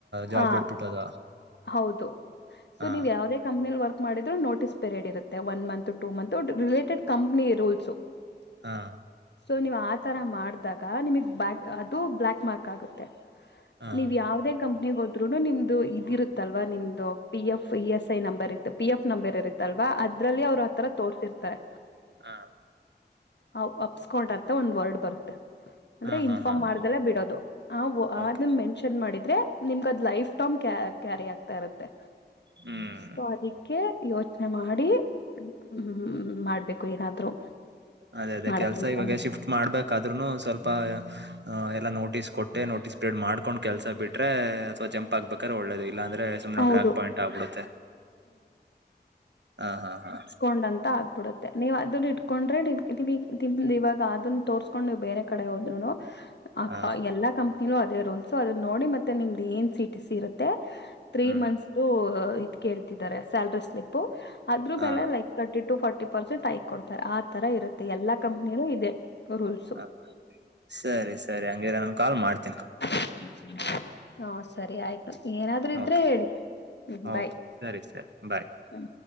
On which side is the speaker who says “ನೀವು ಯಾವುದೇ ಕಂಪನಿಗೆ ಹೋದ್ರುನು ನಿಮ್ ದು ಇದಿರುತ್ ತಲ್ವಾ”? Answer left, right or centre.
Left